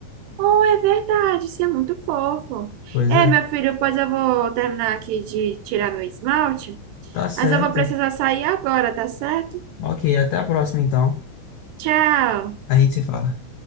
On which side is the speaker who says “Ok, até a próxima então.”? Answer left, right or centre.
Left